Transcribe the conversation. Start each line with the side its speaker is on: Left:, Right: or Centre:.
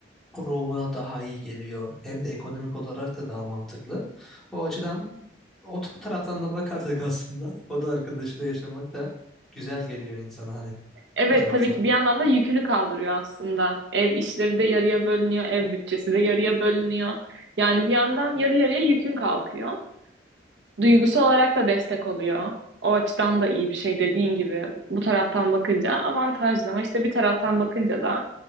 Centre: ruhuna daha iyi geliyor. Hem de ekonomik olarak da daha mantıklı. O açıdan o bu taraftan da bakarsak <laughs> aslında o da arkadaşıyla yaşamak da güzel geliyor insana hani
Right: Evet
Centre: o tarafta.
Right: tabii ki bir yandan da yükünü kaldırıyor aslında. Ev işleri de yarıya bölünüyor, ev bütçesi de yarıya bölünüyor. Yani bir yandan yarı yarıya yükün kalkıyor. Duygusal olarak da destek oluyor. O açıdan da iyi bir şey dediğin gibi. Bu taraftan bakınca avantajlı ama işte bir taraftan bakınca da